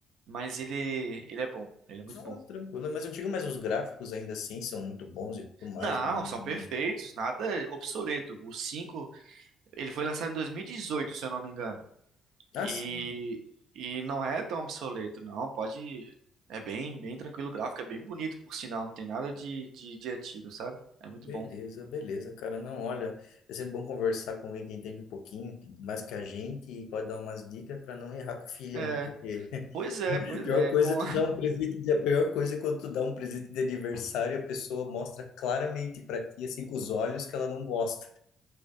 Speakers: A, on the right (about 75°); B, on the left (about 85°).
A: mas ele, ele é bom, ele é muito
B: Ah,
A: bom.
B: tranquilo, mas eu digo, mas os gráficos ainda assim são muito bons e tudo mais.
A: Não,
B: né?
A: são perfeitos, nada obsoleto. O 5 ele foi lançado em 2018 se eu não me engano.
B: Ah,
A: E,
B: sim.
A: e não é tão obsoleto, não, pode... É bem, bem tranquilo o gráfico, é bem bonito, por sinal, não tem nada de, de, de antigo, sabe? É muito
B: Beleza,
A: bom.
B: beleza, cara. Não, olha, é sempre bom conversar com alguém que entende um pouquinho mais que a gente e pode dar umas dicas para não errar com o filhão,
A: É,
B: porque
A: pois
B: <laughs>
A: é, pois
B: a pior
A: é,
B: coisa
A: bom.
B: é tu dar um presente de, a pior coisa é quando tu dá um presente de aniversário e a pessoa mostra claramente para ti, assim, com os olhos que ela não gosta.